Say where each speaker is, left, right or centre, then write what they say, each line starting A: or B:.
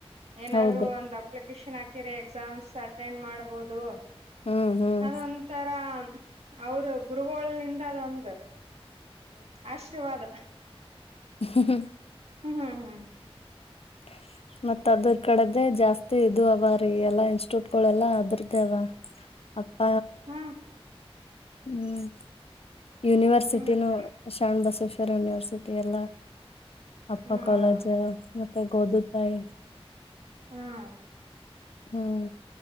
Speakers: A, on the right (about 85°); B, on the left (about 70°).
A: ಏನಾದ್ರು
B: ಹೌದ್ರಿ
A: ಒಂದ್ ಅಪ್ಲಿಕೇಶನ್ ಹಾಕಿರ ಎಕ್ಸಾಮ್ಸ್ ಅಟೆಂಡ್ ಮಾಡ್ಬೋದು
B: ಹ್ಮ್ ಹ್ಮ್
A: ಅದೊಂ ಒಂತರ ಅವರು ಗುರುಗಳೋ ನಿಂದ ಅದೊಂದು ಅಂದ್ರ ಆಶೀರ್ವಾದ
B: ಹ್ಮ
A: ಹ್ಮ ಹ್ಮ್ ಹ್ಮ್
B: ಹ ಮತ್ತತ್ ಅದ್ರ ಕಡೆದೇ ಜಾಸ್ತಿ ಇದು ಅವ ರೀ ಎಲ್ಲಾ ಇನ್ಸ್ಟಿಟ್ಯೂಟ್ ಗಳೆಲ್ಲಾ ಅದ್ರ್ದೇ ಅವ ಅಪ್ಪ
A: ಹ್ಮ್
B: ಹ್ಮ್ ಯುನಿವರ್ಸಿಟಿ
A: ಹ್ಮ್ ಅಕ್ಕ
B: ನ ಶಾಣ ಬಸೋಸ ಯೂನಿವರ್ಸಿಟಿ ಎಲ್ಲ. ಅಪ್ಪ
A: ಹ್ಮ್
B: ಕಾಲೇಜ್ ಮತ್ತೆ ಗೋದುತಾಯಿ
A: ಹ್ಮ್
B: ಹ್ಮ್